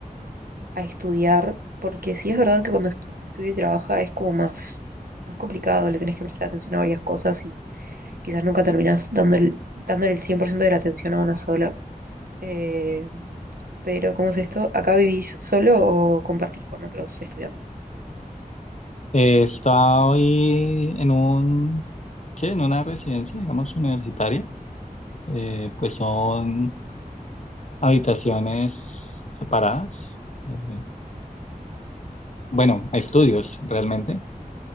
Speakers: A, on the right (about 80°); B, on the left (about 50°).
A: a estudiar, porque sí es verdad que cuando estu- uno estudia y trabaja es como más, más complicado, le tenés que prestar atención a varias cosas y quizás nunca terminás dándole, dándole el 100% de la atención a una sola. Eh, pero, ¿cómo es esto? ¿Acá vivís solo o compartís con otros estudiantes?
B: Eh, estoy en un, sí, en una residencia, digamos, universitaria. Eh, pues son habitaciones separadas. eh, bueno, estudios realmente.